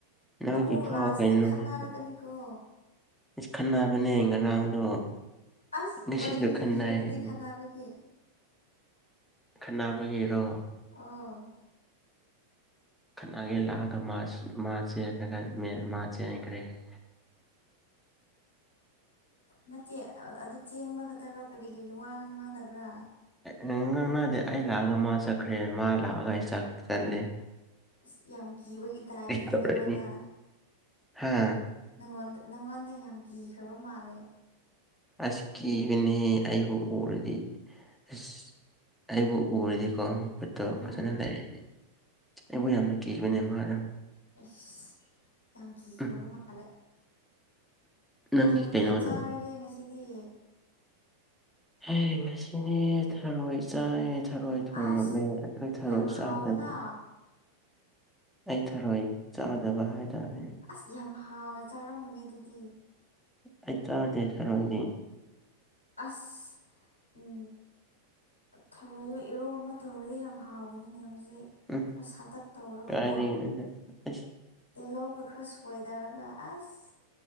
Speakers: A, in the centre; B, on the left.
A: ꯅꯣꯏꯒꯤ
B: ꯑꯃꯨꯛ
A: ꯐꯥꯎ
B: ꯂꯥꯁꯇ
A: ꯀꯩꯅꯣꯅ‌ꯦ
B: ꯈꯠꯅꯔꯛꯀꯅꯤꯀꯣ
A: ꯑꯁ ꯈꯟꯅꯕꯅꯦ ꯉꯔꯥꯡꯗꯣ
B: ꯑꯁ
A: ꯉꯁꯤꯁꯨ
B: ꯋꯥꯔꯤ ꯂꯤꯕꯤꯌꯣ
A: ꯈꯠꯅꯩ
B: ꯑꯗꯨꯗꯤ ꯈꯥꯟꯅꯕꯒꯤ
A: ꯈꯟꯅꯕꯒꯤꯔꯣ
B: ꯑꯥꯎ
A: ꯈꯠꯅꯒꯦ ꯂꯥꯛꯑꯒ ꯃꯥꯁ ꯃꯥꯆ‌ꯦꯜꯂꯒ ꯃ‌ꯦꯃꯥ ꯆꯦꯟꯈ꯭ꯔꯦ <inaudible>
B: ꯅꯠꯇꯦ ꯑꯗꯨ ꯆꯦꯡꯕ ꯈꯛꯇꯔꯣ ꯀꯔꯤ ꯀꯔꯤ ꯋꯥꯒ ꯉꯡꯅꯗꯕ꯭ꯔꯥ
A: ꯉꯪꯅꯗ‌ꯦ ꯑꯩ ꯂꯥꯛꯑꯒ ꯃꯥ ꯆꯠꯈ꯭ꯔꯦ ꯃꯥ ꯂꯥꯛꯑꯒ ꯑꯩ ꯆꯛ ꯆꯠꯂ‌ꯦ
B: ꯑꯁ ꯌꯥꯝ ꯀꯤꯕꯒꯤ ꯇꯥꯏꯅꯤꯅꯦ
A: ꯇꯧꯔꯅꯤ
B: ꯅꯪꯉꯣꯟꯗ
A: ꯍꯥ
B: ꯅꯉꯣꯟꯗ ꯅꯪꯉꯣꯟꯗ ꯌꯥꯝ ꯀꯤꯈ꯭ꯔꯕ ꯃꯥꯜꯂꯦ
A: ꯑꯁ ꯀꯤꯕꯅꯦꯍ‌ꯦ ꯑꯩꯕꯨ ꯎꯨꯔꯗꯤ ꯑꯁ ꯑꯩꯕꯨ ꯎꯔꯗꯤꯀꯣ ꯈꯨꯠꯇꯣ
B: ꯎꯝ
A: ꯐꯖꯅ ꯅꯩꯔꯛꯏꯅꯦ ꯑꯩꯕꯨ ꯌꯥꯝꯅ ꯀꯤꯕꯅꯦ ꯃꯥꯗꯣ
B: ꯑꯁ ꯌꯥꯝ ꯀꯤꯈ꯭ꯔꯕ
A: ꯎꯝ
B: ꯃꯥꯜꯂꯦ ꯀꯔꯤ
A: ꯅꯪꯒꯤ
B: ꯃꯊꯦꯜ
A: ꯀꯩꯅꯣꯗꯣ
B: ꯆꯥꯔꯒꯦ ꯉꯁꯤꯗꯤ
A: ꯍꯌꯦꯡ ꯉꯁꯤꯗꯤ ꯊꯥꯔꯣꯏ ꯆꯥꯏꯌ‌ꯦ ꯊꯔꯣꯏ ꯊꯣꯡꯉꯝꯃꯦ
B: ꯑꯁ
A: ꯑꯗꯨꯏ ꯊꯔꯣꯏ
B: ꯌꯥꯝ ꯍꯥꯎꯋꯦꯅ
A: ꯆꯥꯗꯅ ꯑꯩ ꯊꯔꯣꯏ ꯆꯥꯗꯕ ꯍꯥꯏꯇꯥꯔꯦ
B: ꯑꯁ ꯌꯥꯝ ꯍꯥꯎꯅ ꯆꯥꯔꯝꯕꯅꯦ ꯑꯗꯨꯗꯤ
A: ꯑꯩ ꯆꯥꯗꯦ ꯈꯔꯣꯏꯗꯤ
B: ꯑꯁ ꯎ ꯊꯔꯣꯏ ꯏꯔꯣꯝꯕ ꯇꯧꯔꯗꯤ ꯌꯥꯝ ꯍꯥꯎꯒꯅꯤꯅꯦ ꯍꯧꯛ
A: ꯎꯝ
B: ꯈꯔ ꯁꯥꯇꯛ ꯇꯧꯔꯒꯀꯣ
A: ꯀꯥꯏꯗꯒꯤꯅꯣꯗ ꯑꯁ
B: ꯇꯤꯍꯧ ꯒꯈꯔ ꯁꯣꯏꯗꯔꯒ ꯑꯁ